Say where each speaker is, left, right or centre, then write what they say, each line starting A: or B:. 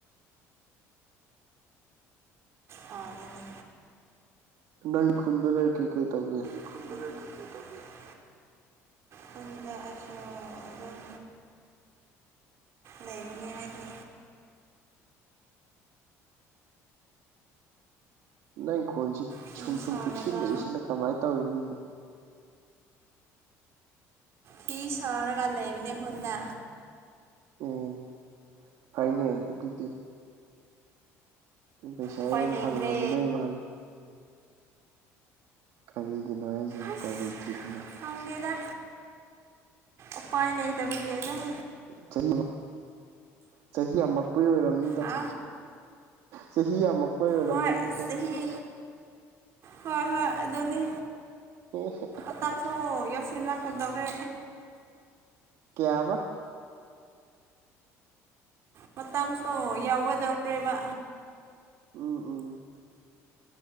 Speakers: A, on the right; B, on the right.
A: ꯐꯥꯔꯦꯅꯦ꯫
B: ꯅꯪ ꯈꯨꯟꯗ ꯂꯩꯔ ꯀꯩ ꯀꯩ ꯇꯧꯒꯦ꯫
A: <inaudible> ꯈꯨꯟꯗ ꯑꯩꯁꯨ ꯑꯗꯨꯝ ꯂꯩꯕꯅꯦ ꯑꯩꯗꯤ꯫
B: ꯅꯪꯪꯈꯣꯟꯁꯤ
A: ꯐꯤ
B: ꯁꯨꯝ ꯁꯨꯝ
A: ꯁꯥꯔꯒ
B: ꯄꯤꯛꯁꯤꯜꯂꯛꯏꯁꯤꯅ ꯀꯃꯥꯏꯅ ꯇꯧꯔꯤꯅꯣꯅꯦ
A: ꯐꯤ ꯁꯥꯔꯒ ꯂꯩꯕꯅꯦ ꯈꯨꯟꯗ
B: ꯎꯝ ꯐꯩꯅꯦ ꯑꯗꯨꯗꯤ ꯄꯩꯁꯥ
A: ꯎꯄꯥꯏ
B: ꯌꯥꯝ
A: ꯂꯩꯇ꯭ꯔꯦ
B: ꯐꯪꯉꯝꯃꯗꯣꯏ ꯃꯥꯜꯂꯤ ꯀꯔꯤꯒꯤꯅꯣ ꯍꯥꯏꯁꯦ
A: ꯑꯁ
B: ꯎꯄꯥꯏ ꯂꯩꯇ꯭ꯔꯤꯁꯤꯅ
A: ꯈꯪꯗꯦꯗ ꯎꯄꯥꯏ ꯂꯩꯇꯕꯒꯤ ꯑꯗꯨꯝ
B: ꯆꯍꯤ ꯆꯍꯤ ꯌꯥꯝꯃꯛꯄꯒꯤ ꯑꯣꯏꯔꯝꯅꯤꯗ
A: ꯍꯥ
B: ꯆꯍꯤ ꯌꯥꯝꯃꯛꯄꯩ ꯑꯣꯏꯔꯝꯃꯅꯤꯗ
A: ꯍꯣꯏ ꯆꯍꯤ ꯍꯣꯏ ꯍꯣꯏ ꯑꯗꯨꯅꯤ
B: ꯑꯣ ꯍꯣ <unintelligible>
A: ꯃꯇꯝꯁꯨ ꯌꯧꯁꯤꯜꯂꯀꯗꯧꯔꯦ
B: ꯀ꯭ꯌꯥꯕ
A: ꯃꯇꯝꯁꯨ ꯌꯧꯒꯗꯧꯔꯦꯕ
B: ꯎꯝ ꯎꯝ